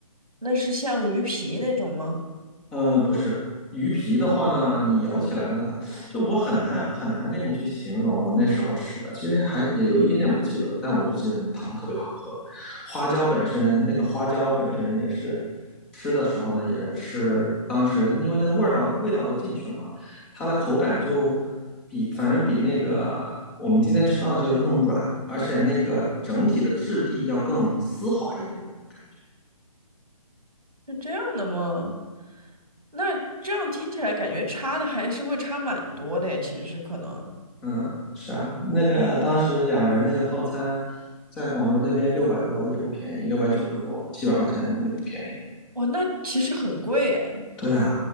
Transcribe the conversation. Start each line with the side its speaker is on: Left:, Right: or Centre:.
Right: 那是像鱼皮那种吗？
Centre: 嗯、呃，不是鱼皮的话呢，你咬起来呢，它就我很难很难跟你去形容我那时候吃的，其实还也有一点点不记得了，但我就记得汤特别好喝。花椒本身，那个花椒本身也是吃的时候呢，也是当时因为那个味道味道都进去了嘛，它的口感就比反正比那个我们今天吃到的这个更软，而且那个整体的质地要更丝滑一点的那种感觉。
Right: 是这样的吗？那这样听起来感觉差的还是会差蛮多的耶，其实是可能。
Centre: 嗯，是啊，那个当时两人那个套餐，在广州那边六百多也不便宜，六百九十多，七百块钱呢也不便宜。
Right: 哇，那其实很贵哎，
Centre: 对啊，